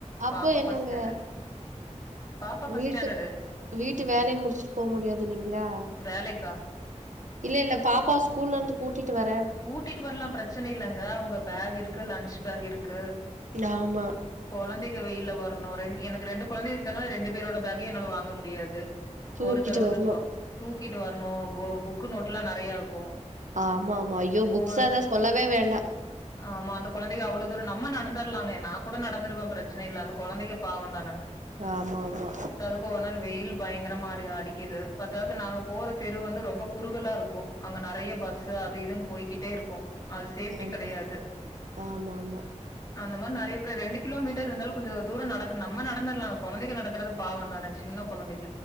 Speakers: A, on the right; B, on the left.
A: அப்போ
B: பாப்பா
A: என்னங்க
B: ஃபஸ்ட் ஸ்டாண்டர்டு பாப்பா ஃபஸ்ட்
A: வீட்
B: ஸ்டாண்டர்டு
A: வீட்டு வேலய முடிச்ட்டு போ முடியாது இல்லைங்ளா
B: வேலைக்கா
A: இல்ல இல்ல பாப்பாவ ஸ்கூல்லருந்து கூட்டிட்டு வர
B: கூட்டிட்டு வர்லா பிரச்சன இல்லங்க அவ்ங்க பேக் இருக்கு லஞ்ச் பேக் இருக்கு
A: நாமா
B: கொழந்தைக வெயில்ல வர்ணு ரெண் எனக்கு ரெண்டு கொழந்தைங்க இருக்கனால ரெண்டு பேரோட பேக்கயு என்னால வாங்க முடியாது
A: தூக்கிட்டு
B: ஒருத்தர் வந்து
A: வரணு
B: சோ தூக்கிட்டு வர்ணு போ புக்கு நோட்லா நெறையா இருக்கு
A: ஆமாம்மா ஐயோ புக்ஸ்
B: ஓவ
A: அத சொல்லவே வேண்டா
B: ஆமா அந்த கொழந்தைக அவ்ளோ தூர நம்ம நடந்துர்லாங்க நா கூட நடந்துருவே பிரச்சன இல்ல அந்த குழந்தைக பாவந்தான
A: ஆமா ஆமா
B: இப்பவானாலு ‌வெயில் பயங்கர மாரி அடிக்குது பத்தாதுக்கு நாங்க போற தெரு வந்து ரொம்ப குறுகலாருக்கு அங்க நெறைய பஸ்ஸு அது இதுன்னு போய்கிட்டேருக்கு அது சேஃப்டி
A: ஆமா
B: கெடயாது
A: ஆமா ஆமா
B: அந்த மாரி நெறைய பேரு ரெண்டு கிலோமீட்டருந்தாலு கொஞ்ச தூரோ நடக்கலா நம்ம நடந்துடலா கொழந்தைங்க நடக்குறது பாவந் தானே சின்ன கொழந்தைக